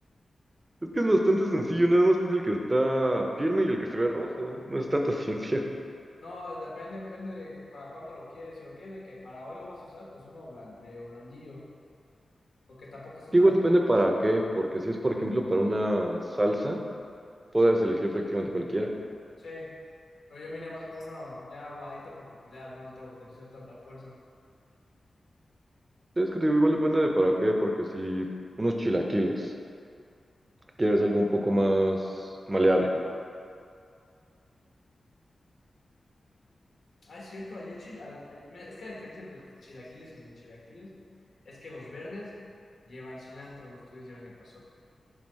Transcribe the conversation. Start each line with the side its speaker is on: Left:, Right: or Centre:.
Right: Es que es bastante sencillo, nada más es el que está firme y el que se ve rojo, no es tanta <laughs> ciencia.
Left: No, depende, depende de para cuándo lo quieres. Si lo quieres de que para hoy lo vas a usar, pues uno blan- medio blandillo, o que tampoco esté
Right: Que
Left: tan...
Right: Igual depende para qué, porque si es por ejemplo para una salsa, puedes elegir prácticamente cualquiera.
Left: Sí, pero yo me iría más por uno ya aguadito porque pues ya no le tengo que hacer tanta fuerza.
Right: Es que te digo, igual depende de para qué, porque si unos chilaquiles, quieres algo un poco más maleable.
Left: Ah, es cierto, ayer chil... al- ay- me- es que la diferencia entre tus chilaquiles y los chilaquiles es que los verdes llevan cilantro, los tuyos llevan epazote,